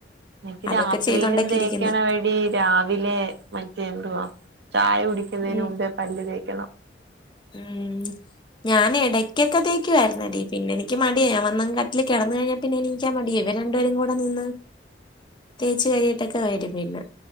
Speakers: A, on the right (about 65°); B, on the left (about 25°).
A: എനിക്ക്
B: അതൊക്കെ
A: രാത്രിയിലും
B: ചെയ്തോണ്ടൊക്കെ
A: തേക്കെണവടി
B: ഇരിക്കുന്നു
A: രാവിലെ മറ്റേ എന്തുവാ ചായ കുടിക്ക്. ക്കുന്നതിന്
B: ഉം
A: മുമ്പേ പല്ല് തേക്കെണം.
B: ഉം ഞാൻ എടയ്ക്കെക്കെ തയ്ക്കുവാരെന്നടി പിന്നെയെനിക്ക് മടിയായി ഞാവന്നെങ്ങ് കട്ടിലിൽ കെടെന്ന് കഴിഞ്ഞ്. പിന്നെ എണീക്കാ മടിയാ ഇവെര് രണ്ടുപേരും കൂടെ നിന്ന് തേച്ച് കഴികിട്ടൊക്കെ വെരും പിന്നെ.